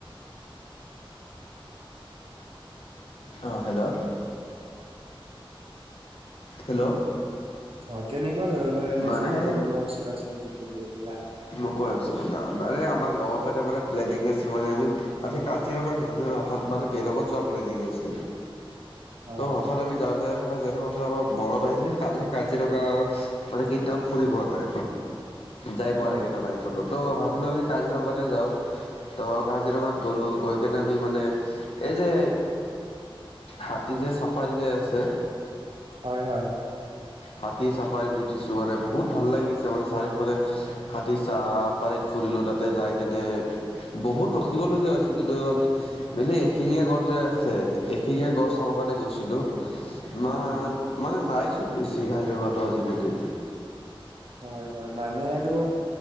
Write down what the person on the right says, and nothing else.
অ' কেনেকুৱা ধৰণৰ এনে
জীৱ জন্তু হওঁক চৰাই চিৰিকতি বিলাক।
হয়
উম
হয় হয়।
উম
হয় হয় মানেটো